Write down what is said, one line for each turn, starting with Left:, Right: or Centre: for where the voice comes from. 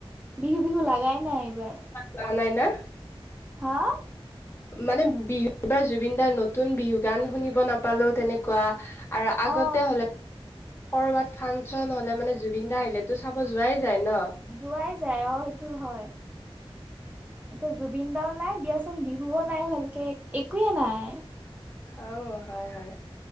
Right: বিহু -বিহু লগাই নাই এইবাৰ।
Left: যা নাই না?
Right: হাঁ।
Left: মানে বিহু এইবাৰ জুবিন দাৰ নতুন বিহু গান শুনিব নাপালো তেনেকুৱা। আৰু আগতে
Right: অ
Left: হলে কৰ'বাত ফাংচন হলে মানে জুবিন দা আহিলে- তো চাব যোৱাই যায় ন?
Right: যোৱাই যায়, অঁ সেইটো হয়। এতিয়া জুবিন দাও নাই দিয়াচোন, বিহুও নাই ভালকে একোৱে নাই।
Left: অও, হয় হয়।